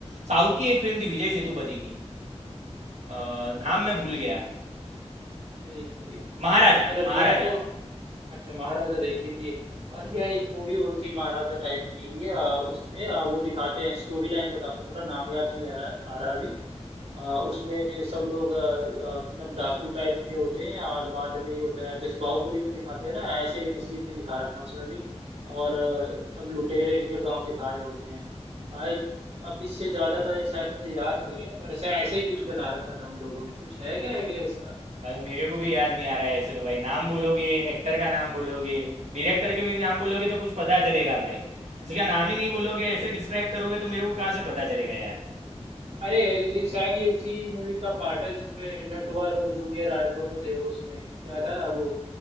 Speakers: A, on the right; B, on the right.
A: साउथ की एक फिल्म थी विजय सेतुपति की अ,
B: अच्छा
A: नाम मैं भूल गया
B: ठीक ठीक
A: महाराजा
B: पर
A: महाराजा
B: मैं तो अच्छा महाराजा देखी थी और यह एक मूवी और थी महाराजा टाइप की ही है, अ, उसमें अ, वो दिखाते हैं स्टोरी लाइन बताता हूँ, थोड़ा नाम याद नहीं आ रहा आ रहा अभी आ, उसमें सब लोग आ, आ, मतलब डाकू टाइप के होते हैं और बाद में ये होता है जैसे बाहुबली में दिखाते हैं ना ऐसे ही सीन नहीं दिखा रखा है उसमें भी और आ, सब लुटेरे के गांव दिखा रहे होते हैं आए अब इससे ज्यादा था शायद मुझे याद नहीं है पर ऐसा ऐसा ही कुछ बना रखा था उन लोगों ने कुछ है क्या आइडिया इसका
A: भाई मेरे को भी याद नहीं आ रहा है ऐसे तो भाई नाम बोलोगे एक्टर का नाम बोलोगे डायरेक्टर के भी नाम बोलोगे तो कुछ पता चलेगा भाई किसी का नाम ही नहीं बोलोगे ऐसे डिस्क्राइब करोगे तो मेरे को कहाँ से पता चलेगा यार
B: अरे ये शायद ये उसी मूवी का पार्ट है जिसमें नटवर और जूनियर आर्ट दोनों थे वो उसमें क्या था वो